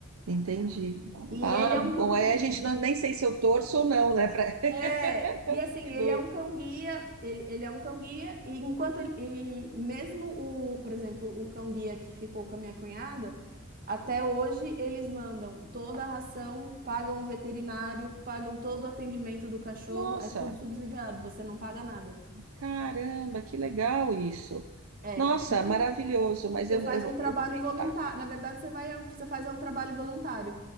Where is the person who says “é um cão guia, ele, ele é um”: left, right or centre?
Right